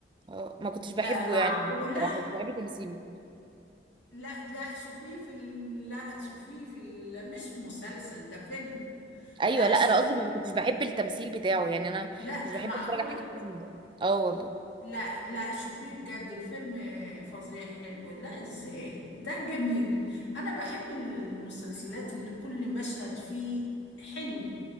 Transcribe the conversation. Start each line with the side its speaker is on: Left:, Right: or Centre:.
Right: آه، ما كنتش بحبه
Left: لا
Right: يعني
Left: معقولة
Right: بصراحة مش بحب تمثيله
Left: لا لا شوفيه في ال... لا شوفيه في ال... مش مسلسل ده فيلم
Right: ايوه
Left: لا
Right: لا
Left: شوفيه
Right: انا قصدي ما كنتش بحب التمثيل بتاعه يعني انا
Left: لا
Right: مش بحب
Left: معقولة
Right: اتفرج على حاجة فيه اه والله
Left: لا لا شوفيه بجد الفيلم فظيع حلو لا ازاي ده جميل انا بحب المسلسلات اللي كل مشهد فيه حلو